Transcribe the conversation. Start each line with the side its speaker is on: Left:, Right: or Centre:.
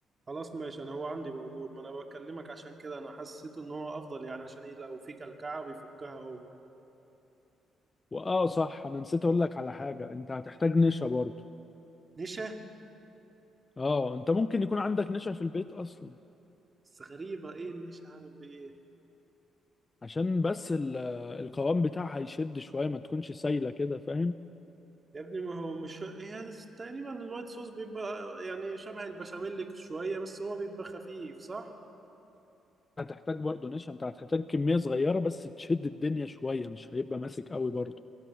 Right: خلاص ماشي انا هو عندي موجود ما انا بكلمك عشان كده انا حسيت ان هو افضل يعني عشان ايه لو في كلكعه بيفكها هو
Left: واه صح انا نسيت اقول لك على حاجه انت هتحتاج نشا برضو
Right: نشا
Left: اه انت ممكن يكون عندك نشا في البيت اصلا
Right: بس غريبه ايه النيش هعمل بايه
Left: عشان بس ال- القوام بتاعها يشد شويه ما تكونش سايله كده فاهم
Right: يا ابني ما هو مش هي تقريبا الوايت صوص بيبقى يعني شبه البشاميل شويه بس هو بيبقى خفيف صح
Left: هتحتاج برضو نشا انت هتحتاج كميه صغيره بس تشد الدنيا شويه مش هيبقى ماسك قوي برضو